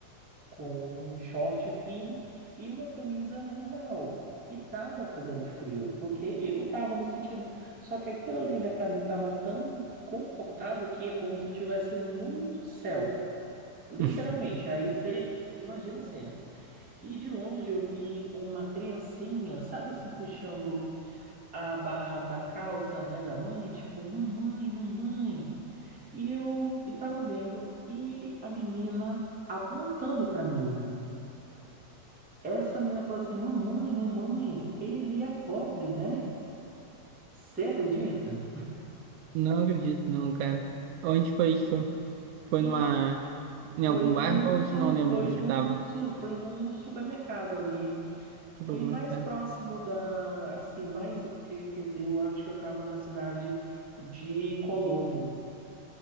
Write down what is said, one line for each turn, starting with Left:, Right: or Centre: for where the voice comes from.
Centre: com um short fino e uma camisa, né, normal. E tava fazendo frio, porque eu tava nesse sentindo. Só que aquilo ali, né, pra mim tava tão confortável que é como se eu estivesse no céu, literalmente.
Right: Sim.
Centre: Aí você imagina a cena. E de longe eu vi uma criancinha, sabe assim, puxando a barra da calça, né, da mãe, tipo, mamãe, mamãe. E eu e tava vendo e a menina apontando pra mim. Essa menina falou assim: "Mamãe, mamãe, ele é pobre, né? Você acredita?"
Right: Não acredito, não, cara. Onde foi isso? Foi
Centre: E
Right: numa, em
Centre: foi
Right: algum
Centre: num,
Right: bairro ou
Centre: su-
Right: se não lembro
Centre: foi
Right: que
Centre: num,
Right: tava?
Centre: su- foi num supermercado ali.
Right: Supermercado.
Centre: Foi mais próximo da, assim, mais, que- quer dizer, eu acho que eu tava na cidade de Colombo.